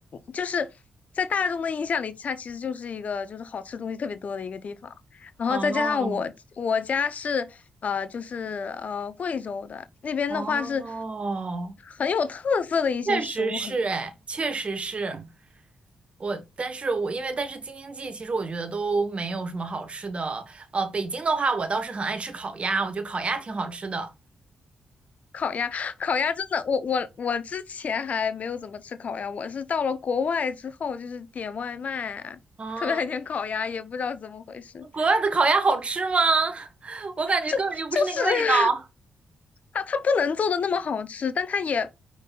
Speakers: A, on the left; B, on the right.
A: 就是在大众的印象里，它其实就是一个就是好吃东西特别多的一个地方。然后再加上我我家是呃就是呃贵州的那边的话是
B: 哦哦，
A: 很有特色的一些食物很
B: 确实是，哎，确实是我，但是我因为但是京津冀，其实我觉得都没有什么好吃的。呃，北京的话，我倒是很爱吃烤鸭，我觉得烤鸭挺好吃的。
A: 烤鸭，烤鸭真的，我我我之前还没有怎么吃烤鸭，我是到了国外之后，就是点外卖啊，
B: 哦
A: 特别爱点烤鸭，也不知道怎么回事，
B: 国外的烤鸭好吃吗？<laughs> 我感觉根本就不是那个味道。
A: 就就是它它不能做的那么好吃，但它也